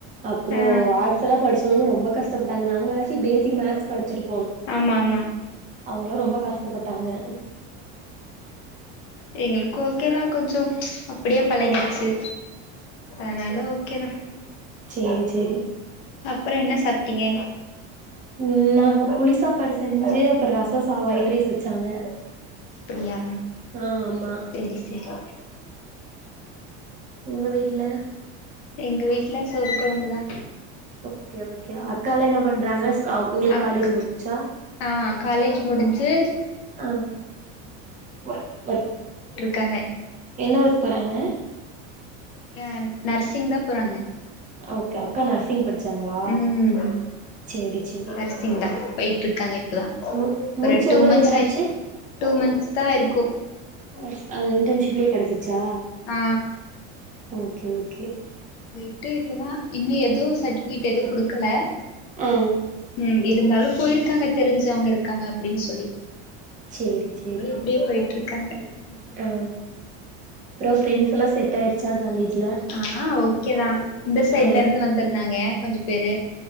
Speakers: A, on the right; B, on the left.
A: அப்புறோ
B: ஆ
A: ஆர்ட்ஸ் எல்லா படிச்சு எங்க ரொம்ப கஷ்டப்பட்டாங்க நாங்ளாச்சி ஃபேசிக் மேக்ஸ் படிச்சிட்டு
B: ஆம்மா ஆம்மா
A: அவ்ங்களா ரொம்ப கஷ்டப்பட்டாங்க
B: எங்களுக்கு ஓகேதா கொஞ்சோ அப்டியே பழகிடுச்சு
A: ஓ
B: அனால ஓகே தா
A: சேரி சேரி
B: அப்புற என்ன சாப்ட்டீங்க
A: ம் நாங்க புளிசாப்பாடு செஞ்சு அப்றோ ரச சா ஒயிட் ரைஸ் வச்சாங்க
B: அப்படியா
A: ஆ ஆமா
B: சேரி சேரி
A: உங்க வீட்ல
B: எங்க வீட்ல சோறு கொழம்பு தா
A: ஓகே ஓகே அக்கா ல என்ன பண்றாங்க ஸ்கா ஒங்களுக்
B: அக்
A: காலேஜ் முடிஞ்ச்சி
B: ஆ காலேஜ் முடிஞ்சு
A: ஆ ஒர்க் ஒர்க்
B: கங்க
A: என்ன ஒர்க் போறாங்க
B: ஆ நர்சிங் தா போறாங்க
A: ஓகே அக்கா நர்சிங் படிச்சாங்களா
B: ம்
A: சேரி சேரி
B: நர்சிங் தா போயிட்டு இருக்காங்க இப்பதா
A: மு முடிச்சு
B: ஒரு டூ
A: எவ்ளோ
B: மந்த்ஸ்
A: இயர் ஆச்சு
B: ஆ டூ மந்த்ஸ் தா இருக்கு
A: ஆ ஆ இன்டன்ஷிப்லே கெடசிருச் சா
B: ஆ
A: ஓகே ஓகே
B: போய்ட்டு இப்பதா இன்னு எதுவு சர்ட்டிபிகேட் எதுவு குடுக்கல
A: ஆ
B: ம் இருந்தாலு போயிருக்காங்க தெரிஞ்சவங்க இருக்காங்க அப்டின் சொல்லி
A: சேரி சேரி
B: அவங்களு எப்டியோ போயிட்டு இருக்காங்க ஓகேதா
A: ஆ அப்பறோ ஃபிரெண்ட்ஸ்ல்லா செட் ஆயிருச்சா காலேஜ்
B: ஆ ஓகேதா இந்த சைட்ல
A: ஆ
B: இருந்து வந்துருந்தாங்க கொஞ்சோ பேரு